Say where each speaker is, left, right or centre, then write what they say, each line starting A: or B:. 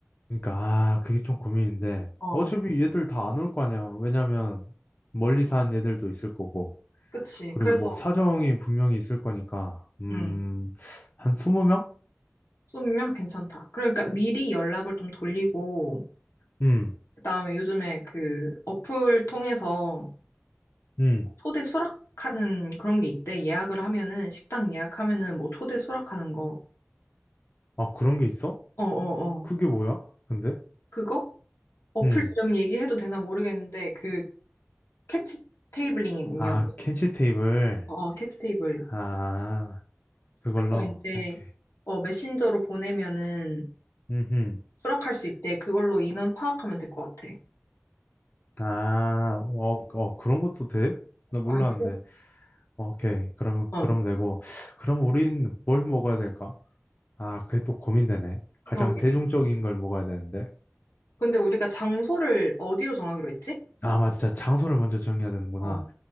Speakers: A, on the left; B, on the left.
A: 그러니까 아 그게 좀 고민인데
B: 응. 어,
A: 어차피 얘들 다 안 올 거 아니야. 왜냐면 멀리 사는 얘들도 있을 거고
B: 그치.
A: 그리고
B: 그래서,
A: 뭐 사정이 분명히 있을 거니까 음
B: 응
A: 한 20명?
B: 20명? 괜찮다. 그러니까 미리 연락을 좀 돌리고,
A: 음.
B: 그다음에 요즘에 그 어플 통해서
A: 음.
B: 초대 수락하는 그런 게 있대. 예약을 하면은 식당 예약하면은 뭐 초대 수락하는 거.
A: 아, 그런 게 있어?
B: 어, 어,
A: 그-
B: 어.
A: 그게 뭐야? 근데?
B: 그거? 어플
A: 응.
B: 이름 얘기해도 되나 모르겠는데 그 캐치 테이블링이군요.
A: 아, 캐치 테이블.
B: 어, 어, 캐치 테이블.
A: 아, 그걸로.
B: 그거 이제
A: 오케이.
B: 어 메신저로 보내면은
A: 음.
B: 수락할 수 있대. 그걸로 인원 파악하면 될 것 같아.
A: 아, 어, 어, 그런 것도 돼? 나 몰랐는데.
B: 아유,
A: 오케이. 그러면,
B: 어,
A: 그럼 되고. 그럼 우린 뭘 먹어야 될까? 아, 그게 또 고민되네. 가장
B: 그러게.
A: 대중적인 걸 먹어야 되는데.
B: 근데 우리가 장소를 어디로 정하기로 했지?
A: 아, 맞다. 장소를 먼저 정해야 되는구나.
B: 어.